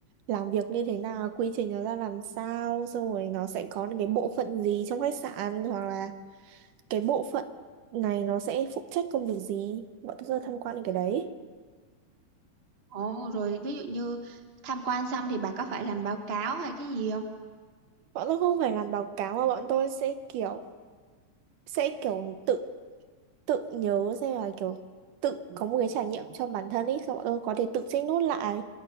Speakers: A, on the right; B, on the right.
A: làm việc như thế nào, quy trình nó ra làm sao, xong rồi nó sẽ có những cái bộ phận gì trong khách sạn hoặc là cái bộ phận này nó sẽ phụ trách công việc gì. Bọn tôi sẽ tham quan những cái đấy.
B: Ồ rồi ví dụ như tham quan xong thì bà có phải làm báo cáo hay cái gì không?
A: Bọn tôi không phải làm báo cáo mà bọn tôi sẽ kiểu sẽ kiểu tự tự nhớ xem là kiểu tự có một cái trải nghiệm cho bản thân ấy xong bọn tôi có thể tự check nốt lại